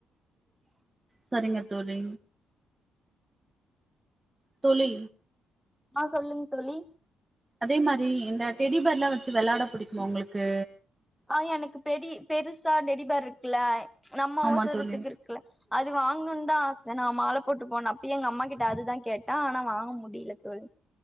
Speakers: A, on the right (about 20°); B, in the centre.
A: சரிங்க தோழி தோழி
B: ஆ சொல்லுங் தோழி
A: அதே மாரி இந்த டெடிபேர்லா வெச்சு வெளாட பிடிக்குமா உங்களுக்கு
B: ஆ எனக்கு பெடி பெருசா டெடிபேர் இருக்குல நம்ம
A: ஆமா
B: ஒசரத்துக்கு
A: தோழி
B: இருக்குல அது வாங்கணுன் தா ஆச நா மாலை போட்டு போனப்பயு எங்கம்மா கிட்ட அதுதா கேட்டே ஆனா வாங்க முடில தோழி